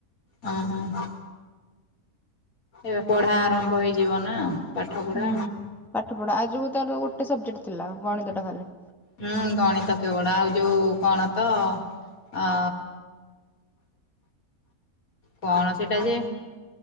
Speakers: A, on the left (about 65°); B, in the centre.
A: ହଁ ହଁ। ଏବେ ପଢା ଆରମ୍ଭ ହେଇଯିବ ନା। ପାଠ ପଢା।
B: ହୁଁ ପାଠ ପଢା ଆଜିକୁ ତାର ଗୋଟେ ସବଜେକ୍ଟ ଥିଲା ଗଣିତ ଟା ଖାଲି।
A: ହୁଁ ଗଣିତ କେବଳ ଆଉ ଯୋଉ କଣ ତ ଅ କଣ ସେଟା ଯେ